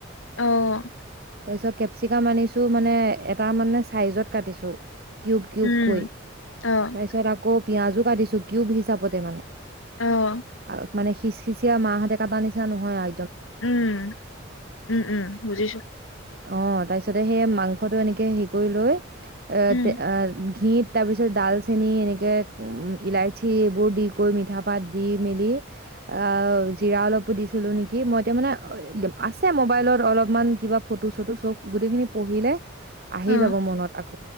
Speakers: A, on the left; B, on the right.
A: অ',
B: তাৰপিছত কেপচিকাম আনিছোঁ মানে এটা মানে ছাইজত কাটিছোঁ। কউব কউব
A: উম,
B: কই
A: অ',
B: তাৰপাছত আক পিয়াজো কাটিছো কিউব হিচাপতে মানে,
A: অ',
B: আল মানে সিচসিঁচিয়ি মাহঁতে কটা নিচা নহয় আ
A: উম উম উম বুজিছো
B: অ' তাৰপিছতে, সেই মাংসটো এনেকে হেৰি কৰি লৈ এ
A: উম
B: তে ঘিত তাৰ পিছত ডালচেনি এনেকে উম ইলাইচি এইবোৰ দি কৰি মিঠা বাদ দি মিলি অ জিৰা অলপ সুধিছিলো নেকি, মই এতিয়া মানে আছে মোবাইলত অলপমান কিবা ফটো চটো চব গোটেইখিনি পঢ়িলে আহি
A: অ
B: যাব মনত আক